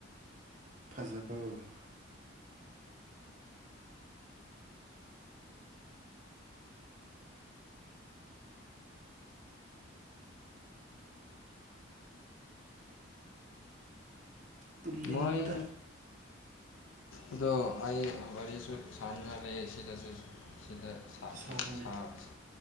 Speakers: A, on the right; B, on the left.
A: ꯐꯖꯕꯧ ꯇꯨꯝꯅꯤꯡꯉꯤꯗ꯫
B: ꯃꯣꯏ ꯑꯗꯣ ꯑꯩ ꯋꯥꯔꯤꯁꯨ ꯁꯥꯟꯅꯉꯥꯏ ꯂꯩ ꯁꯤꯗꯁꯨ ꯁꯤꯗ ꯁꯥꯠ
A: ꯁꯥꯔꯅꯦ
B: ꯍꯩꯔ ꯁꯥꯕꯁꯦ